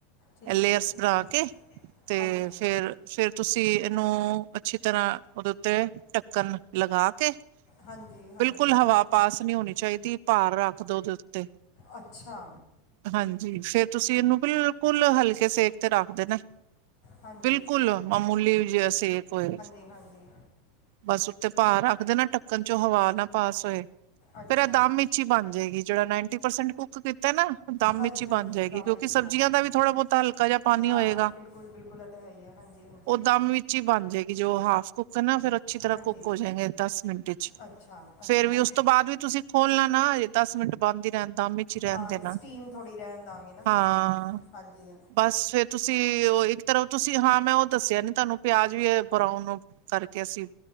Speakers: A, on the left; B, on the right.
A: ਠੀਕ
B: ਐ ਲੇਅਰਸ
A: ਹੈ ਠੀਕ
B: ਬਣਾ
A: ਹੈ
B: ਕੇ ਤੇ
A: ਹਾਂਜੀ
B: ਫੇਰ ਫੇਰ ਤੁਸੀਂ ਏਨੂੰ ਅੱਛੀ ਤਰ੍ਹਾਂ ਓਦੇ ਉੱਤੇ ਢੱਕਣ ਲਗਾ ਕੇ
A: ਹਾਂਜੀ ਹਾਂਜੀ
B: ਬਿਲਕੁਲ ਹਵਾ ਪਾਸ ਨੀ ਹੋਨੀ ਚਾਹੀਦੀ, ਭਾਰ ਰੱਖ ਦੋ ਓਦੇ ਉੱਤੇ।
A: ਅੱਛਾ
B: ਹਾਂਜੀ, ਫੇਰ ਤੁਸੀਂ ਇਹਨੂੰ ਬਿਲਕੁੱਲ ਹਲਕੇ ਸੇਕ ਤੇ ਰੱਖ ਦੇਣਾ।
A: ਹਾਂਜੀ
B: ਬਿਲਕੁਲ, ਮਾਮੂਲੀ ਜਿਆ ਸੇਕ ਹੋਏ।
A: ਤੇ, ਹਾਂਜੀ।
B: ਬਸ ਉਤੇ ਭਾਰ ਰੱਖ ਦੇਣੈ, ਢੱਕਣ'ਚੋਂ ਹਵਾ ਨਾ ਪਾਸ ਹੋਏ,
A: ਅੱਛਾ
B: ਫੇਰ ਐ ਫੇਰ ਏ ਦੱਮ ਈ ਛੀ ਬਣਜੇਗੀ, ਜੇੜਾ ਨਾੰਈਟੀ ਪਰਸੇਂਟ ਕੁੱਕ ਦਿੱਤੈ ਨਾ ਦੱਮ
A: ਹਾਂਜੀ
B: ਇਚ ਈ
A: ਹਾਂਜੀ
B: ਬਣਜੇਗੀ,
A: ਦਾਮਬੇਚੀ
B: ਕਿਉਂਕਿ
A: ਮੰਦਿਰ
B: ਸਬਜ਼ੀਆਂ
A: ਦੇ
B: ਦਾ ਵੀ ਥੋੜ੍ਹਾ-ਬੋਤਾ ਹਲਕਾ ਜਾ ਪਾਣੀ
A: ਹਾਂ
B: ਹੋਏਗਾ।
A: ਬਿਲਕੁਲ ਬਿਲਕੁਲ ਇਹ ਤਾਂ ਹੈ ਹੀ ਹੈ ਹਾਂਜੀ ਹਾਂਜੀ
B: ਓ ਦੱਮ ਵਿੱਚ ਹੀ ਬਣਜੇਗੀ, ਜੇ ਔ ਹਾਫ ਕੁੱਕ ਨਾ, ਫੇਰ ਅੱਛੀ ਤਰ੍ਹਾਂ
A: ਹਾਂਜੀ
B: ਕੁੱਕ ਹੋਜਾਂਇਗੇ ਦਸ ਮਿੰਟ ਇਚ,
A: ਅੱਛਾ ਅੱਛਾ
B: ਫੇਰ ਵੀ ਓਸ ਤੋਂ ਬਾਦ ਵੀ ਤੁਸੀ ਖੋਲਣਾ ਨਾ ਹਜੇ ਦੱਸ ਮਿੰਟ ਬੰਦ ਹੀ ਰੈਣ, ਦੱਮ ਇਚੀ ਰੈਣ
A: ਹਾਂ
B: ਦੇਨਾ,
A: ਸਟੀਮ ਥੋੜ੍ਹੀ ਰਹਿਣ ਦਾਂਗੇ ਨਾ ਵਿੱਚ
B: ਹਾਂ।
A: ਹੀ ਹਾਂਜੀ
B: ਬਸ ਫੇਰ ਤੁਸੀਂ, ਓ ਇੱਕ ਤਰਫ ਤੁਸੀਂ ਹਾਂ ''ਮੈਂ ਓਹ ਦੱਸਿਆ ਨੀ ਤਾਨੂੰ ਪਿਆਜ ਵੀ ਬਰਾਉਨ ਕਰਕੇ ਅਸੀਂ